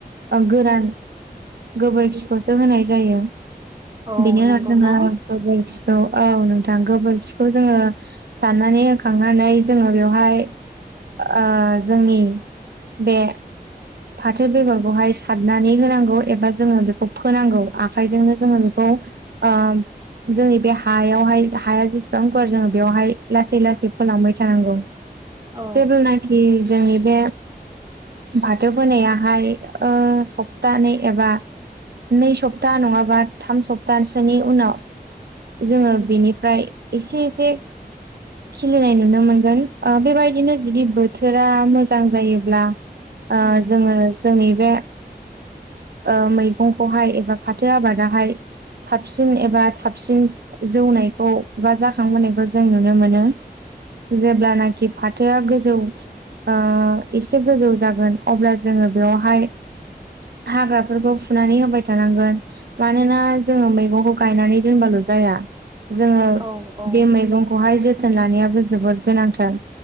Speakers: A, on the right; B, on the right.
A: ओ गोरान। गोबोरखिखौसो होनाय जायो
B: औ
A: बेनि उनाव
B: नंगौ
A: जोङो
B: ना
A: गोबोरखि। औ औ नोंथां गोबोरखिखौ जोङो। साननानै होखांनानै जोङो बेवहाय। ओ जोंनि बे। फाथो बेगरखौहाय सारनानै होनांगौ एबा जोङो बेखौ फोनांगौ आखाइजोंनो जोङो बेखौ। खौ ओ जोंनि बे हायावहाय हाया जेसेबां गुवार जोङो बेयाव। लासै लासै फोलांबाय थानांगौ
B: औ
A: जेब्लानाखि जोंनि बे। बाथो बोनायाहाय ओ सप्तानै एबा। नै सप्ता नङाबा थाम सप्तासोनि उनाव। जोङो बेनिफ्राय एसे एसे। खिलिनाय नुनो मोनगोन ओ बेबायदिनो जुदि बोथोरा मोजां जायोब्ला ओ
B: उम
A: जोङो जोंनि बे। ओ मैगंखौहाय एबा फाथो आबादाहाय। साबसिन एबा थाबसिन जौनाय। खौ बा जाखांबोनायखौ जों नुनो मोनो जेब्लानाखि फाथ-। थोआ गोजौ ओ एसे गोजौ जागोन अब्ला जोङो बेयावहाय। हाग्राफोरखौ फुनानै होबाय थानांगोन मानोना जोङो मैगंखौ गायनानै दोनबाल' जा- -या जोङो
B: औ औ
A: बे मैगंखौहाय जोथोन लानायाबो जोबोद गोनांथार।